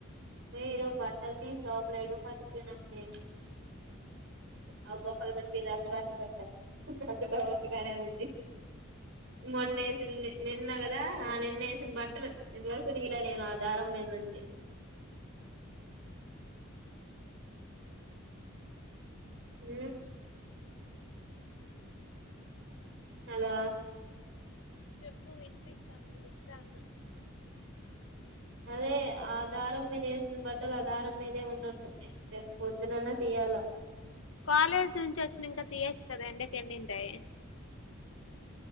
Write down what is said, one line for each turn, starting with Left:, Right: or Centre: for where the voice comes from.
Right: మీ ఈరోజు బట్టలు తీసి లోపల వేయడం మర్చిపోయినామే అ గొప్పలు పడిపోది అబట పడత నాకు డౌట్ గానే ఉంది మొన్నేసింది నిన్న కదా ఆ నిన్న వేసిన బట్టలు ఇంతవరకు దీలే నేను ఆ దారం మీద నుంచి ఊ హలో
Left: చెప్పు వినిపిస్తాంది వింటాన్న
Right: అదే ఆ దారం మీద వేసిన బట్టలు అట్ ఆ దారం మీదే ఉన్నట్టుంది రేప్ పొద్దునన్న తీయాలా
Left: కాలేజ్ నుంచి వచ్చినాకా తీయచ్చు కదా ఎండకెండింటాయి